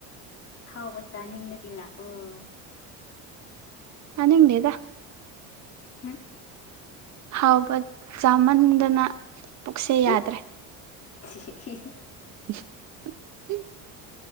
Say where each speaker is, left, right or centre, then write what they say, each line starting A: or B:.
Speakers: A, on the left (about 40°); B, on the right (about 50°).
A: ꯍꯥꯎꯕ ꯆꯥꯅꯤꯡꯂꯥꯗꯤ ꯂꯥꯛꯑꫭ
B: ꯆꯥꯅꯤꯡꯗꯦꯗ
A: ꯍꯝ
B: ꯍꯥꯎꯕ ꯆꯥꯃꯟꯗꯅ ꯄꯨꯛꯁꯦ
A: ꯍꯨꯝ
B: ꯌꯥꯗ꯭ꯔꯦ
A: <inaudible>
B: <inaudible>